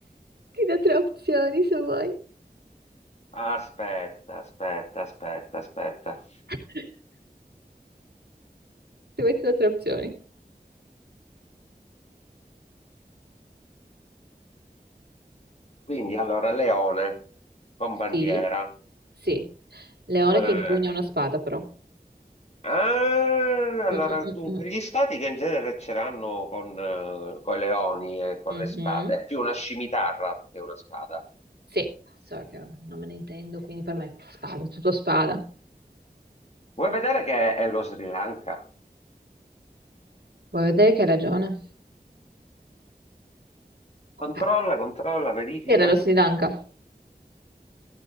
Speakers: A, on the right; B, on the left.
A: ti do tre opzioni se vuoi.
B: Aspetta, aspetta, aspetta, aspetta.
A: <laughs> Se vuoi ti do tre opzioni.
B: Quindi allora, leone con bandiera.
A: Sì, sì. Leone
B: Eh,
A: che impugna una spada, però.
B: Ah, allora,
A: Mm, mm,
B: dunque,
A: mm,
B: gli stati che in genere ce l'hanno con, eh, coi leoni e con
A: mm.
B: le spade,
A: Mhm.
B: è più una scimitarra che una spada.
A: Sì, so che non me ne intendo, quindi per me spada, tutto spada.
B: Vuoi vedere che è lo Sri Lanka?
A: Vuoi vedere che hai ragione? Ok.
B: Controlla, controlla, verifica.
A: Sì, Era lo Sri Lanka.